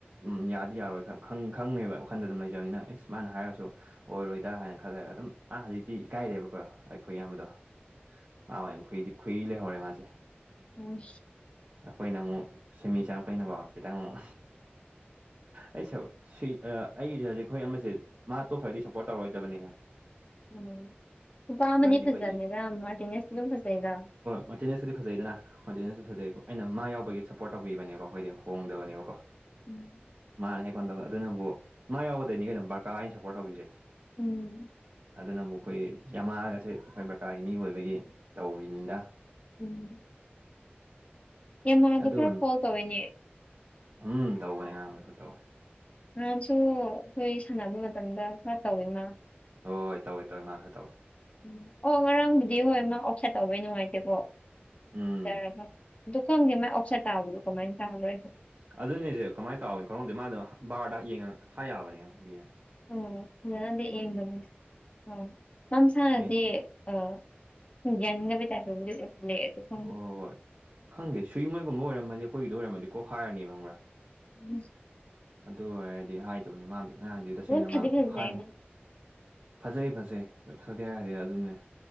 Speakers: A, on the right (about 45°); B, on the left (about 30°).
A: ꯎꯝ ꯌꯥꯗꯤ ꯌꯥꯔꯣꯏ ꯈꯪ ꯈꯪꯉꯦꯕ ꯋꯥꯈꯟꯗ ꯑꯗꯨꯝ ꯂꯩꯖꯕꯅꯤꯅ ꯑꯦꯁ ꯃꯥꯅ ꯍꯥꯏꯔꯁꯨ ꯑꯣꯏꯔꯣꯏꯗ ꯍꯥꯏꯅ ꯈꯜꯂꯒ ꯑꯗꯨꯝ ꯑꯥ ꯍꯧꯖꯤꯛꯇꯤ ꯏꯀꯥꯏꯔꯦꯕꯀꯣ ꯑꯩꯈꯣꯏ ꯑꯌꯥꯝꯕꯗꯣ ꯃꯥ ꯑꯣꯏꯅ ꯈꯨꯏꯗꯤ ꯈꯨꯏ ꯂꯩꯍꯧꯔꯦ ꯃꯥꯁꯦ
B: ꯎꯝ
A: ꯑꯩꯈꯣꯏꯅ ꯑꯃꯨꯛ ꯁꯤꯃꯤ ꯆꯪꯉꯛꯄꯩꯅꯀꯣ ꯈꯤꯇꯪ ꯑꯃꯨꯛ ꯑꯩ ꯁ ꯁꯨꯏ ꯑꯩꯁꯦ ꯍꯧꯖꯤꯛ ꯑꯩꯈꯣꯏ ꯑꯃꯁꯦ ꯃꯥ ꯇꯣꯛꯈ꯭ꯔꯗꯤ ꯁꯞꯄꯣꯔꯠ ꯇꯧꯔꯔꯣꯏꯗꯕꯅꯤꯍꯦ
B: ꯎꯝ ꯅꯨꯄꯥ ꯑꯃꯗꯤ
A: ꯑꯩꯈꯣꯏꯗꯤ
B: ꯐꯖꯕꯅ‌ꯦꯗꯥ ꯃꯥꯔꯇꯤꯅꯦꯖ ꯑꯗꯨꯝ ꯐꯖꯩꯗ
A: ꯃꯥꯔꯇꯦꯅꯦꯖꯄꯨꯗꯤ ꯐꯖꯩꯗꯅ ꯃꯥꯔꯇꯦꯅ‌ꯦꯖꯁꯨ ꯐꯖꯩꯀꯣ ꯑꯩꯅ ꯃꯥ ꯌꯥꯎꯕꯒꯤ ꯁꯞꯄꯣꯔꯠ ꯇꯧꯕꯤꯕꯅꯦꯀꯣ ꯑꯈ‌ꯣꯏꯗ‌ꯣ ꯍꯣꯡꯗꯕꯅꯦꯕꯀꯣ
B: ꯎꯝ
A: ꯃꯥꯅ ꯍꯦꯛꯀꯣꯟ ꯇꯧꯕ ꯑꯗꯨꯅꯕꯨ ꯃꯥ ꯌꯥꯎꯕꯗꯩꯅꯤ ꯀꯩꯅꯣ ꯕꯔꯀꯥ ꯑꯩꯅ ꯁꯞꯄꯣꯔꯠ ꯇꯧꯈꯤꯁꯦ
B: ꯎꯝ
A: ꯑꯗꯨꯅ ꯑꯃꯨꯛꯈꯣꯏ ꯌꯥꯝꯃꯜꯒꯁꯦ ꯑꯩꯈꯣꯏ ꯕ꯭ꯔꯀꯥꯒꯤ ꯃꯤ ꯑꯣꯏꯕꯒꯤ ꯇꯧꯔꯤꯅꯤꯗ
B: ꯎꯝ ꯌꯝꯃꯥꯗꯣ
A: ꯑꯗꯨ
B: ꯈꯔ ꯐ‌ꯣꯜ ꯇꯧꯋꯤꯅꯦ
A: ꯎꯝ ꯇꯧꯒꯅꯤ <unintelligible> ꯈꯔ ꯇꯧꯋꯦ
B: ꯅꯍꯥꯟꯁꯨ ꯑꯩꯈꯣꯏ ꯁꯥꯟꯅꯕ ꯃꯇꯝꯗ ꯈꯔ ꯇꯧꯋ‌ꯦ ꯃꯥ
A: ꯍꯣꯏ ꯍꯣꯏ ꯇꯧꯋꯦ ꯇꯧꯋꯦ ꯃꯥ ꯈꯔ ꯇꯧꯋꯦ
B: ꯎꯝ ꯑꯣ ꯉꯔꯥꯡꯕꯨꯗꯤ ꯍꯣꯏ ꯃꯥ ꯑꯣꯞꯁꯥꯏꯠ ꯇꯧꯕꯩ ꯅꯨꯡꯉꯥꯏꯇꯦꯀꯣ
A: ꯎꯝ
B: ꯖꯔꯕ ꯑꯗꯨ ꯈꯪꯗꯦ ꯃꯥꯏ ꯑꯣꯞꯁꯥꯏꯠ ꯇꯥꯕꯗꯣ ꯀꯃꯥꯏ ꯇꯥꯕꯅ‌ꯣ ꯑꯩꯁꯨ
A: ꯑꯗꯨꯅꯦꯁꯦ ꯀꯃꯥꯏꯅ ꯇꯧꯋꯤꯅ‌ꯣ ꯈꯪꯍꯧꯗꯦ ꯃꯥꯗꯣ ꯕꯥꯔꯗ ꯌꯦꯡꯉ ꯍꯥꯏ ꯌꯥꯕꯅꯦ ꯕꯤ
B: ꯎꯝ ꯐꯖꯅꯗꯤ ꯌ‌ꯦꯝꯗꯝꯅ‌ꯦ ꯎꯝ ꯃꯥ ꯃꯁꯥꯅꯗꯤ
A: ꯃꯤ
B: ꯑ ꯌꯥꯅꯤꯡꯗꯕꯩ ꯇꯥꯏꯞꯗꯕꯨꯗꯤ ꯎꯠꯂ‌ꯦ ꯑꯗꯨ ꯈꯪꯗ‌ꯦ
A: ꯍꯣꯏ ꯍꯣꯏ ꯈꯪꯗꯦ ꯁꯨꯏ ꯃꯣꯏꯒꯨꯝꯕ ꯑꯣꯏꯔꯝꯃꯗꯤ ꯑꯩꯈꯣꯏꯒꯤꯗ ꯑꯣꯏꯔꯝꯃꯗꯤ ꯀꯣꯛ ꯍꯥꯏꯔꯅꯤ ꯈꯪꯕ꯭ꯔꯥ
B: <unintelligible>
A: ꯑꯗꯨ ꯑꯣꯏꯔꯗꯤ ꯍꯥꯏꯗꯨꯕꯅꯦ ꯃꯥꯗꯤ ꯉꯔꯥꯡꯗꯤ ꯇꯁꯦꯡꯅ
B: ꯑꯗꯨꯝ ꯐꯗꯤ
A: ꯃꯥ
B: ꯐꯖꯩꯅꯦ
A: ꯍꯥꯏꯌꯣ ꯐꯖꯩ ꯐꯖꯩ ꯐꯖꯗꯦ ꯍꯥꯏꯗ‌ꯦ ꯑꯗꯨꯅꯦ